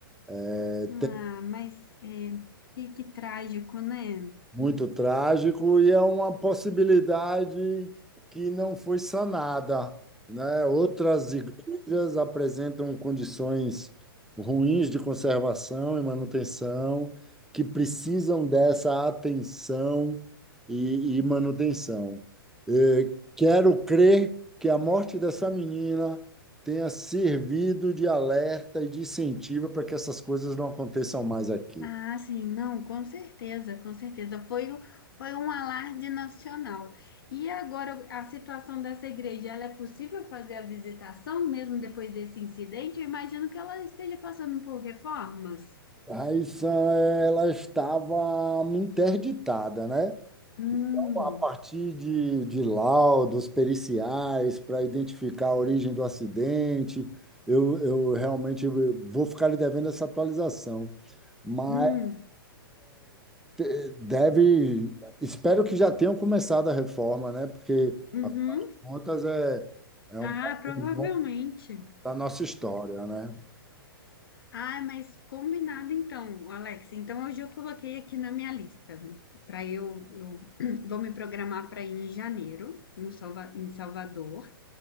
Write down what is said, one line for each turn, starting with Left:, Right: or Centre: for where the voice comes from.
Centre: É,
Left: Ah, mas é, que, que trágico, né?
Centre: muito trágico e é uma possibilidade que não foi sanada, né? Outras igrejas apresentam condições ruins de conservação e manutenção que precisam dessa atenção e, e manutenção. Eh, quero crer
Left: Hum.
Centre: que a morte dessa menina tenha servido de alerta e de incentivo para que essas coisas não aconteçam mais aqui.
Left: Ah, sim, não, com certeza, com certeza. Foi, o- foi um alarde nacional. E agora, a situação dessa igreja, ela é possível fazer a visitação mesmo depois desse incidente? Eu imagino que ela esteja passando por reformas.
Centre: Raíssa, ela estava interditada, né?
Left: Hum,
Centre: A partir de, de laudos periciais para identificar a origem do acidente, eu, eu realmente vou ficar lhe devendo essa atualização. Mas
Left: hum,
Centre: eh, deve, espero que já tenham começado a reforma, né? Porque,
Left: uhum.
Centre: afinal de contas, é, é um
Left: Ah,
Centre: pouco
Left: provavelmente.
Centre: da nossa história, né?
Left: Ah, mas combinado então, Alex. Então, hoje eu coloquei aqui na minha lista. Para eu, eu <clears throat> vou me programar para ir em janeiro, no Salva, em Salvador.